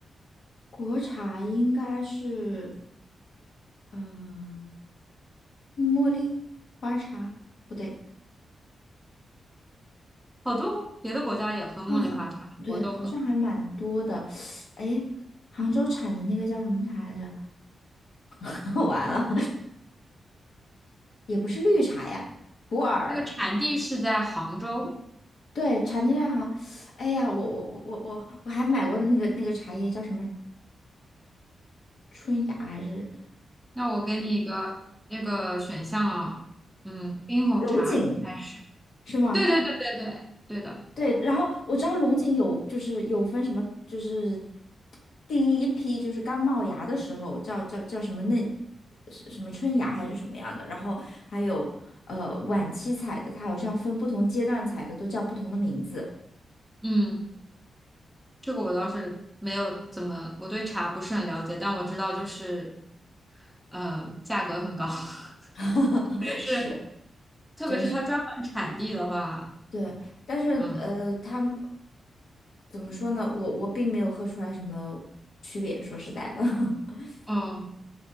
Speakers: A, on the left; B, in the centre.
A: 国茶应该是嗯茉莉花茶，不对
B: 好多别的国家也喝茉莉花茶，
A: 啊，哈对，
B: 美国都喝。
A: 好像还蛮多的。<sucks teeth> 哎，杭州产的那个叫什么茶来着？<laughs> 完了，<laughs> 也不是绿茶呀，普洱。
B: 那个产地是在杭州。
A: 对，茶叶蛋好，哎呀，我我我我我我还买过那个那个茶叶，叫什么春芽还是
B: 那我给你一个那个选项啊，嗯，冰红茶还是？
A: 龙井是吗？
B: 对对对对对对的，
A: 对，然后我知道龙井有就是有分什么，就是第一批就是刚冒芽的时候叫叫叫什么嫩，是什么春芽还是什么样的，然后还有呃晚期采的，它好像分不同阶段采的都叫不同的名字，
B: 嗯，这个我倒是没有怎么，我对茶不是很了解，但我知道就是，呃，价格很高，<laughs>
A: <laughs>
B: 特别是
A: 是，
B: 特别是它专门产地的话，
A: 真是。对，但是呃，
B: 嗯
A: 他们怎么说呢？我我并没有喝出来什么区别，说实在的。<laughs>
B: 嗯。